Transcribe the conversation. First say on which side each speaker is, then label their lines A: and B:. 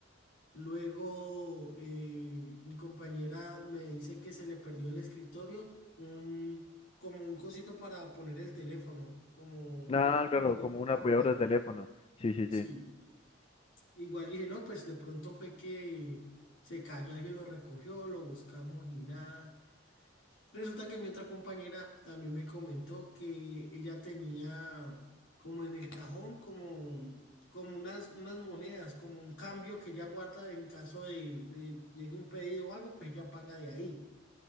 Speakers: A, on the left; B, on the left.
A: Luego eh, mi compañera me dice que se le perdió el escritorio, un, como un cosito para poner el teléfono, como
B: Ah,
A: ella
B: claro,
A: tiene el teléfono
B: como un
A: para
B: apoyador
A: mirar.
B: de teléfono. Sí, sí,
A: Sí.
B: sí.
A: Igual dije, no, pues de pronto fue que se cayó, alguien lo recogió, lo buscamos y nada. Resulta que mi otra compañera también me comentó que ella tenía como en el cajón, como, como unas, unas monedas, como un cambio que ella guarda en caso de, de llegue un pedido o algo, pues ella paga de ahí.